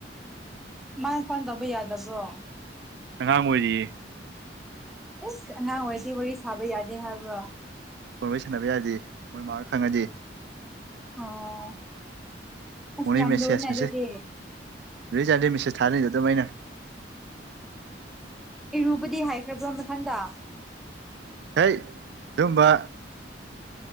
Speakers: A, in the centre; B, on the right (about 65°).
A: ꯃꯥꯏ ꯄꯥꯟ ꯇꯧꯕ ꯌꯥꯗꯕ꯭ꯔꯣ
B: ꯉꯃ ꯑꯣꯏꯖꯤ
A: ꯑꯦꯁ ꯑꯉꯥꯡ ꯑꯣꯏꯗꯤ ꯋꯥꯔꯤ ꯁꯥꯕ ꯌꯥꯗꯦ ꯍꯥꯏꯕ꯭ꯔ
B: ꯀꯣꯟꯕꯩ ꯁꯥꯟꯅꯕ ꯌꯥꯗꯦ ꯃꯣꯏ ꯃꯥꯅ ꯈꯪꯉꯗꯤ
A: ꯑꯣ ꯑꯁ
B: ꯎ
A: ꯌꯥꯝ
B: ꯃꯦꯁꯦꯁ
A: ꯂꯨꯅꯦ
B: ꯃꯁꯦ
A: ꯑꯗꯨꯗꯤ
B: ꯨꯏ ꯆꯥꯟꯗ ꯃꯤꯁꯦꯁ ꯊꯥꯅꯗ ꯇ ꯃꯣꯏꯅ
A: ꯏꯔꯨꯕꯗꯤ ꯍꯥꯏꯈ꯭ꯔꯕ꯭ꯔꯥ ꯃꯊꯪꯗ
B: ꯍꯣꯏ ꯑꯗꯨꯝꯕ